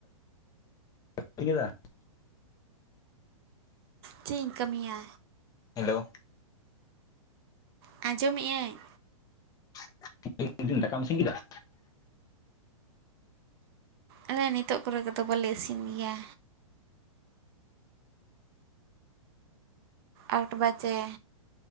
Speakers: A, on the left; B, on the right.
A: <unintelligible>
B: ᱪᱮ ᱤᱧ ᱠᱟᱹᱢᱤᱭᱟ?
A: ᱦᱮᱞᱳ,
B: ᱟᱸᱡᱚᱢᱮᱫ ᱟᱹᱧ
A: <unintelligible> ᱫᱟᱠᱟᱢ ᱤᱥᱤᱱ ᱠᱮᱫᱟ᱾
B: ᱟᱞᱮ ᱱᱤᱛᱚᱜ ᱠᱚᱨᱮ ᱠᱚᱫᱚ ᱵᱟᱞᱮ ᱤᱥᱤᱱ ᱜᱮᱭᱟ᱾ ᱟᱴ ᱵᱟᱡᱮ